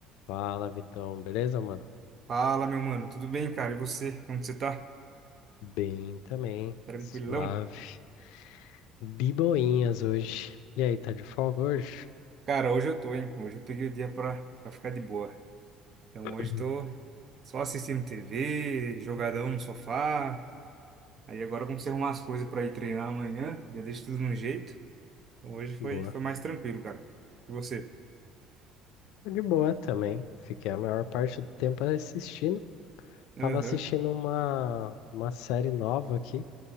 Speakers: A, on the left; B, on the right.
A: Fala, Vitão. Beleza, mano?
B: Fala, meu mano, tudo bem, cara? E você? Como que você tá?
A: Bem também.
B: Tranquilão?
A: Suave. Biboinhas hoje. E aí, tá de folga hoje?
B: Cara, hoje eu tô, hein? Hoje eu peguei o dia pra, pra ficar de boa. Então
A: <clears throat>
B: hoje
A: Uhum.
B: tô só assistindo TV, jogadão no sofá. Aí agora eu comecei a arrumar as coisas pra ir treinar amanhã, já deixo tudo no jeito. Então hoje foi,
A: Boa.
B: foi mais tranquilo, cara. E você?
A: Tô de boa também. Fiquei a maior parte do tempo assistindo.
B: Aham.
A: Tava assistindo uma, uma série nova aqui.